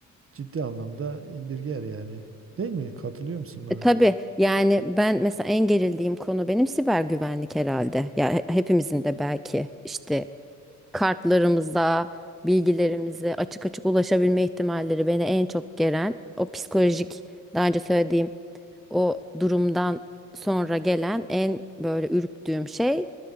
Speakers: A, on the right; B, in the centre.
A: ciddi anlamda indirger yani. Değil mi? Katılıyor musun bana?
B: E, tabii yani ben mesela en gerildiğim konu benim siber güvenlik herhalde. Ya he- hepimizin de belki işte kartlarımıza, bilgilerimize açık açık ulaşabilme ihtimalleri beni en çok geren o psikolojik daha önce söylediğim o durumdan sonra gelen en böyle ürktüğüm şey